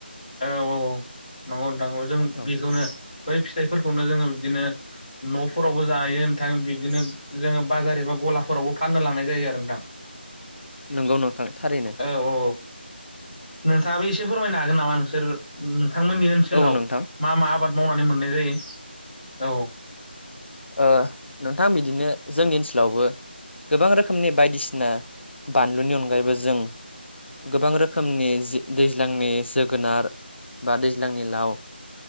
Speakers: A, on the left; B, on the left.
A: औ औ औ। नंगौ नोंथां जों
B: औ
A: बेखौनो बै फिथाइफोरखौनो जोङो बिदिनो न'फोरावबो जानाय नोंथां बिदिनो जोङो बाजार एबा गला फोरावबो फाननो लांनाय जायो आरो नोंथां
B: आरो नोंथां। औ नोंथाङाबो
A: औ औ औ। नोंथाङाबो एसे फोरमायनो हागोन नामा नोंसोर नोंथांमोननि ओनसोलाव
B: हागोन
A: मा मा आबाद मावनानै मोननाय जायो औ।
B: ओ नोंथां बिदिनो जोंनि ओनसोलावबो गोबां रोखोमनि बायदिसिना बानलुनि अनगायैबो जों गोबां रोखोमनि जि दैज्लांनि जोगोनार। बा दैज्लांनि लाव